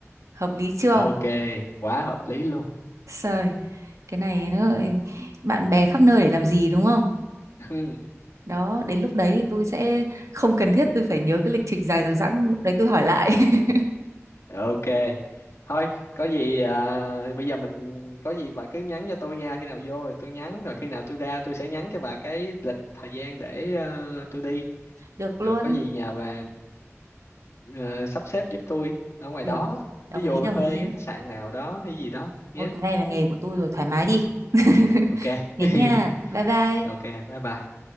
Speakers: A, on the right; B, on the left.
A: Hợp lý chưa?
B: ok quá hợp lý luôn
A: Trời, cái này nó lại bạn bè khắp nơi để làm gì đúng không?
B: <laughs>
A: đó đến lúc đấy thì tôi sẽ không cần thiết tôi phải nhớ cái lịch trình dài dằng dẵng lúc đấy tôi hỏi lại <laughs>
B: ok thôi có gì à, bây giờ mình có gì bà cứ nhắn cho tôi nha khi nào vô rồi tôi nhắn rồi khi nào tôi ra tôi sẽ nhắn cho bà cái lịch thời gian để ờ, tôi đi
A: được luôn
B: rồi có gì nhà bà ờ, sắp xếp giúp tôi ở ngoài
A: được
B: đó
A: đồng
B: ví dụ
A: ý đồng
B: thuê
A: ý
B: cái khách sạn nào đó hay gì đó nhé
A: ôi cái này là nghề của tôi rồi thoải mái đi <laughs>
B: ok
A: thế
B: <laughs>
A: nha bye bye
B: ok bye bye